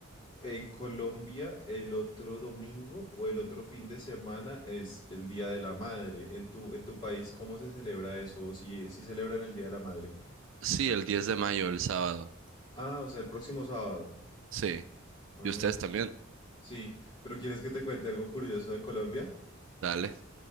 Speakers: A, on the left; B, on the right.
A: ¿en Colombia el otro domingo o el otro fin de semana es el Día de la Madre? ¿En tu, en tu país cómo se celebra eso? ¿O si, si celebran el Día de la Madre?
B: Sí, el 10 de mayo, el sábado.
A: Ah, o sea, el próximo sábado.
B: Sí.
A: Mm,
B: ¿Y ustedes también?
A: sí, pero ¿quieres que te cuente algo curioso de Colombia?
B: Dale.